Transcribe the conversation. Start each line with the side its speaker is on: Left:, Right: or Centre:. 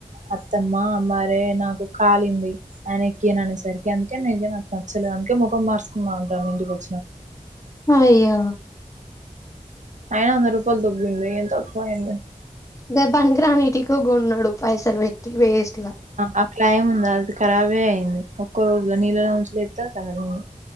Right: అత్తమ్మ మరే నాకు కాలింది ఆయన ఎక్కయను అనేసరికి అందుకే న నాకు నచ్చలేదు అందుకే ముఖం మార్సుకుందా ఉంటాను ఇంటికిచ్చ
Left: అయ్య
Right: ఆయిన వంద రూపాయలు దొబ్బింది ఏం తక్కువయింది
Left: గ పనికిరాని ఇటిక కొన్నడు పైసలు పెట్టి చి వేస్ట్గా
Right: ఆ క్లైమ్ ఉందా అది ఖరాబే అయింది ఒక్కో రోజులో నీళ్ళలో <unintelligible> ఖరాబ్ అయింది